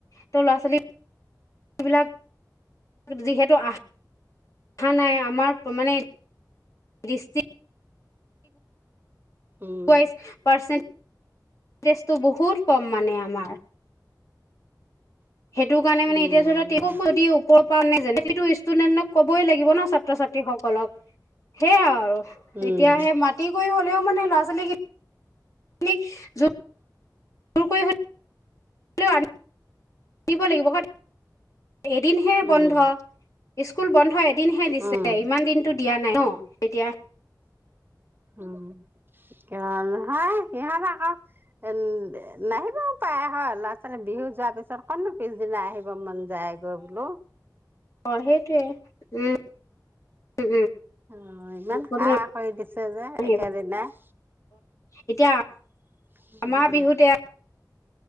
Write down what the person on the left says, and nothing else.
তো ল'ৰা ছোৱালীবিলাক যিহেতু অহা নাই। আমাৰ ত মানে <unintelligible>
ই পাৰ্চেট টেজটো বহুত কম মানে আমাৰ সেইটো কাৰণোনে
এতিয়া ধৰাক যদি ওপৰ পৰাানটো ষ্টুডেন্টক কবই লাগিব ন ছাত্ৰ ছাত্ৰীসকলক সেয়া আৰু।
এতিয়া সে মাটি কৰিব হ'ল ও মানে ল'ৰা ছোৱালীক <unintelligible> হেলল দিব লাগিব। এদিনহে বন্ধ।
স্কুল বন্ধ দিনহে দিছে
ইমান দিনটো দিয়া নাই ন এতিয়া
অ সেইটোৱে উম। উম
উম
আহিব
এতিয়া
আমাৰ বিহুতে